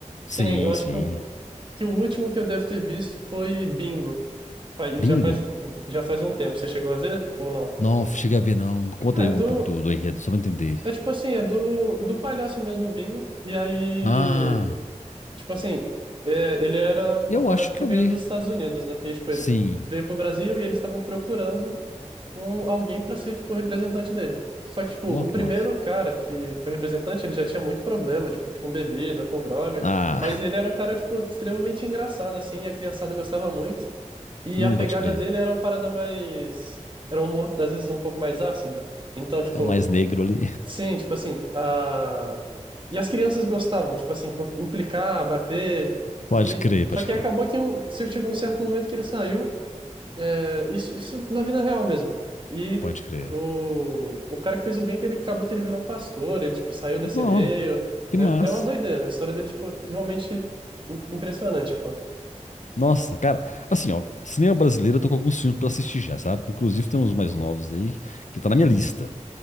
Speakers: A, on the left (about 75°); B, on the right (about 40°).
A: Sim,
B: Que nem, eu acho
A: sim.
B: que, eu, que o último que eu devo ter visto foi Bingo. Faz-
A: Bingo.
B: Já faz, já faz um tempo. Você chegou a ver ou não?
A: Não, cheguei a ver, não. Conta
B: Cara,
A: aí
B: é do...
A: um pouco do, do enredo, só pra eu entender.
B: É tipo assim, é do, do palhaço mesmo, o Bingo. E aí...
A: Ah,
B: Tipo assim, é, ele era
A: eu
B: uma parada
A: acho
B: que
A: que
B: veio
A: eu vi.
B: dos Estados Unidos, né? E, tipo,
A: Sim.
B: ele veio pro Brasil e eles estavam procurando um, alguém para ser, tipo, o representante dele. Só que, tipo, o
A: Nossa,
B: primeiro
A: que massa.
B: cara que, que foi representante, ele já tinha muito problema, tipo, com bebida, com droga.
A: Ah,
B: Mas ele era um cara, tipo, extremamente engraçado, assim, a criançada gostava muito.
A: <laughs>
B: E
A: um,
B: a pegada
A: pode crer.
B: dele era uma parada mais... Era um humor, às vezes, um pouco mais ácido. Então, tipo...
A: É o mais negro ali.
B: Sim, tipo assim, ah e as crianças gostavam, tipo assim, com- implicar, bater,
A: Pode
B: e
A: crer,
B: só
A: pode
B: que
A: crer,
B: acabou que um... se- chegou um certo momento que ele saiu, é, isso, isso na vida real mesmo, e
A: pode crer.
B: o... o cara que fez o bem, que ele acabou que ele virou pastor, ele, tipo, saiu desse
A: Não,
B: meio,
A: que massa.
B: é, é uma doideira, a história dele, tipo, realmente im- impressionante, pô.
A: Nossa, cara, assim, ó, cinema brasileiro eu tô com alguns filmes pra assistir já, sabe? Inclusive tem uns mais
B: Uhum,
A: novos aí que tá na minha lista.